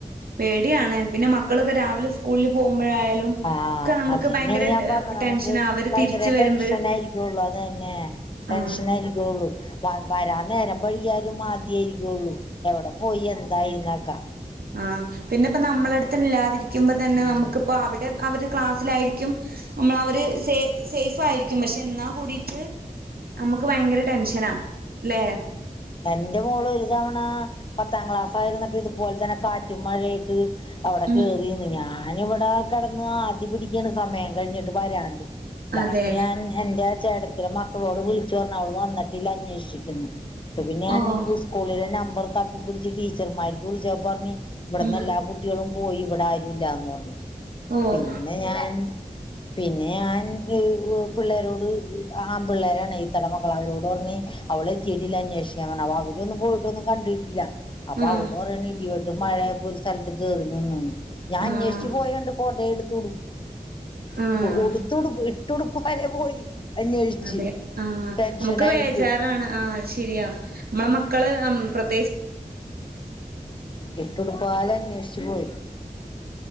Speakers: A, on the right; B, on the left.
A: പേടിയാണ് പിന്നെ മക്കളൊക്കെ രാവിലെ സ്കൂളിൽ പോകുമ്പോഴായാലും.
B: ആഹ
A: ഒക്കെ നമുക്ക്
B: അതന്നെയാണ്
A: ഭയങ്കര
B: ഞാൻ പറഞ്ഞത് നമുക്ക്
A: ടെൻഷനാ അവര്
B: ഭയങ്കര
A: തിരിച്ച് വരുമ്പഴും
B: ടെൻഷൻ ആയിരിക്കള്ളുതന്നെ. ടെൻഷന
A: ആഹ്
B: ആയിരിക്കുള്ളൂ വരാ നേരം വൈയ്യാലും ആദ്യ ആയിരിക്കുള്ളു എവിടെ പോയി എന്തായിന്നക്കാം.
A: ആഹ. പിന്നെ ഇപ്പ നമ്മള അടുത്ത ഇല്ലാതിരിക്കുമ്പോ തന്നെ നമുക്കിപ്പ അവിടെ അവര് ക്ലാസ്സിലായിരിക്കും. നമ്മള അവര് സേ സേഫ് ആയിരിക്കും പക്ഷെ എന്നാ കൂടിട്ട്. നമുക്ക് ഭയങ്കര ടെൻഷനാ ല്ലേ.
B: എന്റെ മോള് ഒരു തവണ പത്താം ക്ലാസായിരുന്നിട്ട് ഇതുപോലെ തന്നെ കാറ്റും മഴയും ആയിട്ട് അവിടെ
A: ഉം
B: കേറീന്ന് ഞാനിവിടെ കിടന്ന് ആദ്യ പിടിക്കാണ് സമയം കഴിഞ്ഞിട്ട് വരാണ്ട്. ലാസ്റ്റ്
A: അതെ
B: ഞാൻ എന്റെ ചേട്ടത്തിടെ മക്കളോട് വിളിച്ചു പറഞ്ഞു അവള് വന്നിട്ടില്ല അന്വേഷിക്ക്. പിന്നെ ഞാൻ
A: ഓഹ്
B: സ്കൂളിലെ നമ്പർ തപ്പിപ്പിടിച്ച് ടീച്ചർമാർക്ക് വിളിച്ച പറഞ്ഞ് ഇവിടുന്ന്
A: ഉം
B: എല്ലാ കു കുട്ടികളും പോയി ഇവിടെ ആരുല്ലന്ന് പറഞ്ഞ്
A: ഓഹ്
B: പിന്നെ ഞാൻ പിന്നെ ഞൻ പിള്ളേരോട് ആമ്പിള്ളേരാണ് ഈത്തയുടെമക്കള അവരോട് പറഞ്ഞ് അവള എത്തിയിട്ടില്ല അന്വേഷിക്കാൻ പറഞ്ഞു. അവ അവരൊന്നും പോയിട്ടൊന്നും കണ്ടിട്ടില്ല. അപ്പൊ
A: ആഹ്
B: അവോള് പറഞ്ഞ് ഇടി വെട്ട് മഴയപ്പോ ഒരു സ്ഥലത്ത് കേയറന്ന് ഞാൻ അന്വേഷിച്ച്
A: ആഹ്
B: പോയണ്ട് കൊട എടുത്ത്ടു
A: ആഹ്
B: ഉടുത്തടു ഇട്ടൊടുപ്പാവരെ പോയി. അന്വേഷിച്ച്
A: അതെ ആഹ
B: ടെൻഷനായിട്ട്
A: നമുക്ക് വേജാറാണ്. ആ ശരിയാ നമ്മളെ മക്കള് പ്രത്യേകിച്ച്.
B: ഇട്ട്ടുപ്പാല അന്വേഷിച്ചു പോയി.